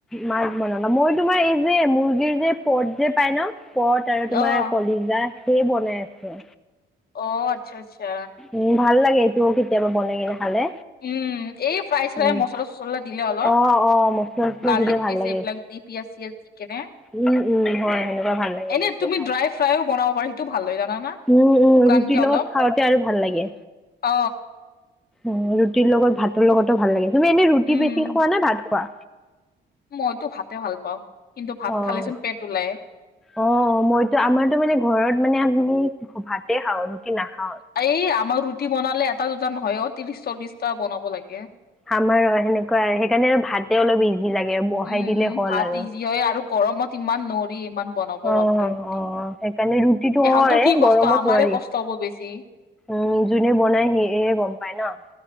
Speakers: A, in the centre; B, on the left.
A: মাছ বনালা মই তোমাৰ এই যে মুৰ্গীৰ যে পদ যে পাই ন' পট আৰু তোমাৰ
B: অহ
A: কলিজা সেই বনাই আছো
B: অ' আচ্ছা আচ্ছা
A: উম ভাল লাগে এইটোও কেতিয়াবা বনাই কিনে খালে।
B: উম এই ফ্ৰাই চ্ৰাই
A: উম
B: মছলা চচলা দিলে অলপ
A: অ অ মচলা চচলা
B: গাৰ্লিক
A: দিলে ভাল
B: পেষ্ট
A: লাগে
B: এইবিলাক দি পিয়াজ চিয়াজ দি কেনে
A: উম উম হয় সেনেকুৱা ভাল লাগে।
B: এনে
A: এইটো
B: তুমি
A: খাই
B: ড্ৰাই ফ্ৰাইও বনাব পাৰা সেইটো ভাল হয় জানানা।
A: উম উম
B: শুকানকে
A: ৰুটিৰ লগত
B: অলপ
A: খাওঁতে আৰু ভাল লাগে
B: অ
A: উম ৰুটিৰ লগত ভাতৰ লগতো ভাল লাগে তুমি এনেই ৰুটি
B: উম
A: বেছি খোৱা নে ভাত খোৱা।
B: মইতো ভাতে ভাল পাওঁ কিন্তু ভাত
A: অ
B: খালে চোন পেট ওলায়।
A: অ 'মইতো আমাৰতো মানে ঘৰত মানে আমি ভাতে খাওঁ ৰুটি নাখাও
B: এই আমাৰ ৰুটি বনালে এটা দুটা নহয় অ ত্ৰিশ চল্লিশটা বনাব লাগে।
A: আমাৰো সেনেকুৱা আৰু সেইকাৰণে আৰু ভাতে অলপ ইজি লাগে বহাই
B: উম
A: দিলে
B: উম
A: হ'ল
B: ভাত
A: আৰু
B: ইজি হয় আৰু গৰমত ইমান নৰি ইমান বনাব
A: অ অ
B: বাপৰে ৰুটি।
A: সেইকাৰণে ৰুতিটো হয়
B: এহঁতৰ কি কষ্ট
A: গৰমত
B: আমাৰে
A: নোৱাৰি
B: কষ্ট হ'ব বেছি।
A: উম যোনে বনাই সিহে গম পায় ন